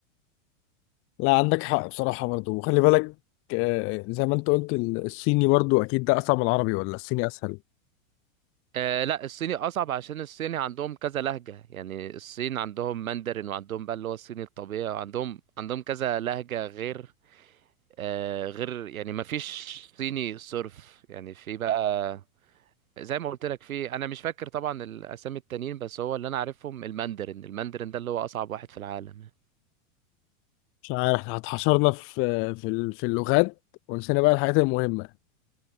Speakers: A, on the left; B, on the right.
A: لا عندك حق بصراحه برضو وخلي بالك آه، زي ما انت قلت ال- الصيني برضو اكيد ده اصعب من العربي ولا الصيني اسهل
B: آه لا الصيني اصعب عشان الصيني عندهم كذا لهجة يعني الصين عندهم ماندرين وعندهم بقى اللي هو الصيني الطبيعي وعندهم عندهم كذا لهجة غير آه، غير يعني ما فيش صيني صرف يعني في بقى زي ما قلت لك في انا مش فاكر طبعا الاسامي التانيين بس هو اللي انا عارفهم الماندرين الماندرين ده اللي هو اصعب واحد في العالم
A: مش عارف احنا اتحشرنا في في ال- في اللغات ونسينا بقى الحاجات المهمه